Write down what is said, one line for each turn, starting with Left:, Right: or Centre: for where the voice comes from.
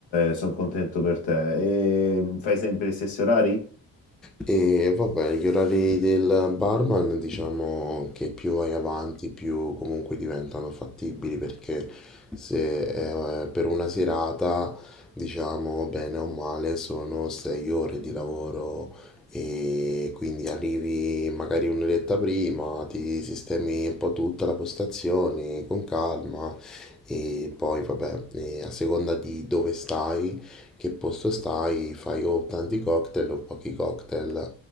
Left: sono contento per te. E fai sempre gli stessi orari?
Centre: E vabbè, gli orari del barman diciamo che più vai avanti, più comunque diventano fattibili perché se eh, per una serata, diciamo bene o male, sono sei ore di lavoro e quindi arrivi magari un'oretta prima, ti sistemi un po' tutta la postazione con calma. E poi, vabbè, eh, a seconda di dove stai, che posto stai, fai o tanti cocktail o pochi cocktail